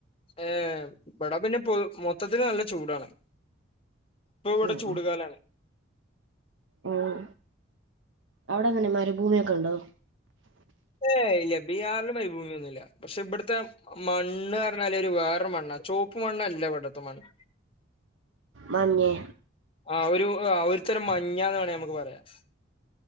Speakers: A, on the left; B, on the right.
A: ഏഹ് ഇബിടെ പിന്നെ മൊത്തത്തിൽ നല്ല ചൂടാണ് ഇപ്പൊ ഇവിടെ
B: ഉം
A: ചൂടു കാലാണ്
B: ഉമ് അവിടെ അങ്ങനെ മരുഭൂമിയൊക്കെ ഉണ്ടോ
A: ഏഹ് ഇല്ല ബീഹാറിൽ മരുഭൂമിയൊന്നുല്ല പക്ഷെ ഇവിടത്തെ മണ്ണ് പറഞ്ഞാല് ഒരു വേറെരു മണ്ണാ ചുവപ്പ് മണ്ണല്ല ഇവിടത്തെ മണ്ണ്
B: മഞ്ഞെ
A: ആഹ് ഒരു ഒരുതരം മഞ്ഞാന്ന് വേണങ്കിൽ നമുക്ക് പറയാം